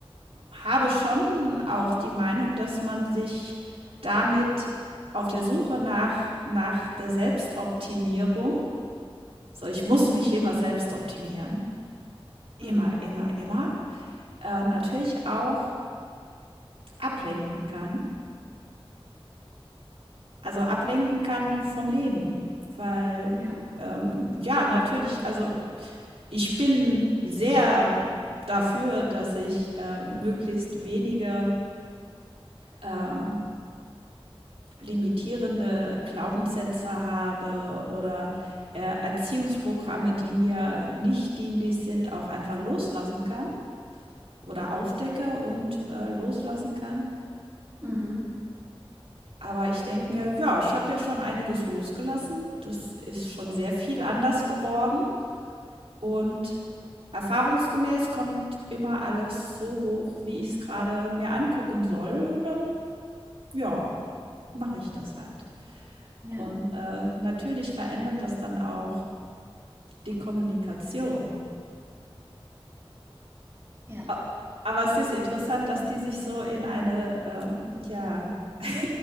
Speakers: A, on the right; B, on the right.
A: habe schon auch die Meinung, dass man sich damit auf der Suche nach, nach der Selbstoptimierung, so ich muss mich immer selbst optimieren, immer,
B: Hm.
A: immer, immer, äh, natürlich auch ablenken kann Also, ablenken kann vom Leben, weil,
B: Ja.
A: ähm, ja, natürlich also, ich bin sehr dafür, dass ich, äh, möglichst wenige, ähm, limitierende Glaubenssätze habe oder, äh, Erziehungsprogramme, die mir nicht dienlich sind, auch einfach loslassen kann oder aufdecke und, äh, loslassen kann.
B: Hm.
A: Aber ich denke mir: „Ja, ich habe ja schon einiges losgelassen. Das ist schon sehr viel anders geworden.“ Und erfahrungsgemäß kommt immer alles so hoch, wie ich es gerade mir angucken soll und dann, ja, mache ich das halt.
B: Ja.
A: Und, äh, natürlich verändert das dann auch die Kommunikation.
B: Ja.
A: A aber es ist interessant, dass die sich so in eine, ähm ja, <laughs>